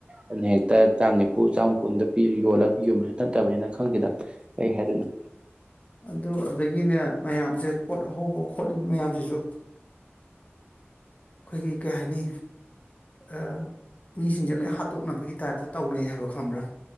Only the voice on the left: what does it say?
ꯑꯗꯨ ꯑꯗꯒꯤꯅꯦ ꯃꯌꯥꯝꯁꯦ ꯄꯣꯠ ꯍꯧꯕ ꯈꯣꯠꯂꯤꯕ ꯃꯌꯥꯝꯁꯤꯁꯨ ꯈꯣꯏꯒꯤ ꯀꯩ ꯍꯥꯏꯅꯤ ꯑꯥ ꯃꯤꯁꯤꯡꯁꯦ ꯂꯣꯢ ꯍꯥꯠꯇꯣꯛꯅꯕꯒꯤ ꯇꯥꯏꯞꯇ ꯇꯧꯅꯩ ꯍꯥꯏꯕ ꯈꯪꯕ꯭ꯔꯥ